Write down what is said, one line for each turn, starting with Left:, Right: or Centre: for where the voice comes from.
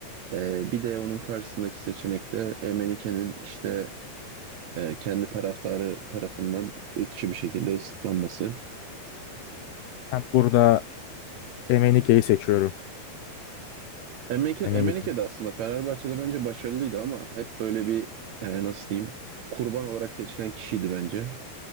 Right: Ee, bir de onun karşısındaki seçenek de Emenike'nin işte e, kendi taraftarı tarafından ırkçı bir şekilde ıslıklanması.
Left: Ben burada Emenike'yi seçiyorum.
Right: Emenike,
Left: Emenike.
Right: Emenike de aslında Fenerbahçe'de bence başarılıydı ama hep böyle bir e, nasıl diyeyim kurban olarak seçilen kişiydi bence.